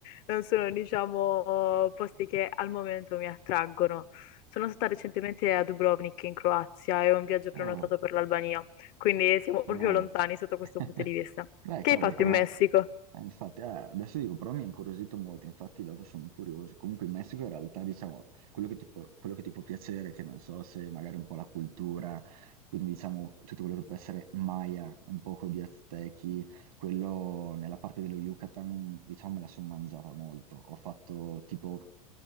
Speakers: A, on the left; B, on the right.
A: Non sono, diciamo, posti che al momento mi attraggono. Sono stata recentemente a Dubrovnik in Croazia e ho un viaggio prenotato
B: Oh,
A: per l'Albania, quindi siamo proprio
B: Wow.
A: lontani sotto questo
B: <laughs>
A: punto di vista.
B: Dai,
A: Che
B: cavolo,
A: hai fatto
B: però,
A: in Messico?
B: eh, infatti, eh, adesso dico, però mi ha incuriosito molto, infatti dopo sono curioso. Comunque in Messico in realtà, diciamo, quello che ti può, quello che ti può piacere, che non so se magari un po' la cultura, quindi diciamo tutto quello che può essere Maya, un poco di Aztechi, quello nella parte dello Yucatan, diciamo, me la sono mangiata molto. Ho fatto tipo,